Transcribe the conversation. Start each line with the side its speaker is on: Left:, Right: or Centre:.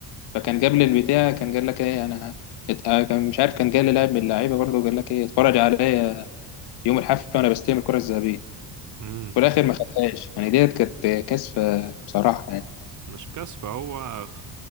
Left: فكان جاب لي البتاع كان قال لك ايه انا ات- آه، كان مش عارف كان جاي لي لاعب من اللعيبه برضه وقال لك ايه اتفرج عليا يوم الحفله وانا بستلم الكره الذهبيه
Right: امم
Left: وفي الاخر ما خدهاش يعني ديت كانت كسفه بصراحه يعني
Right: مش كسف هو خ-